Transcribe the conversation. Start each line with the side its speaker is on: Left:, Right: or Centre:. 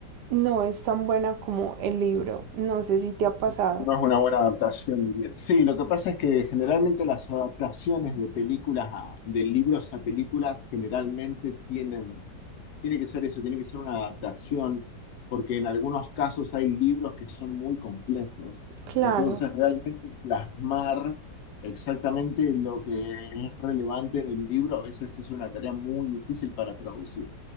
Right: no es tan buena como el libro, no sé si te ha pasado.
Left: No es una buena adaptación. diría. Sí, lo que pasa es que generalmente las adaptaciones de películas a, de libros a películas generalmente tienen Tiene que ser eso, tiene que ser una adaptación, porque en algunos casos hay libros que son muy complejos.
Right: Claro,
Left: Entonces, realmente plasmar exactamente lo que es relevante en el libro a veces es una tarea muy difícil para traducir.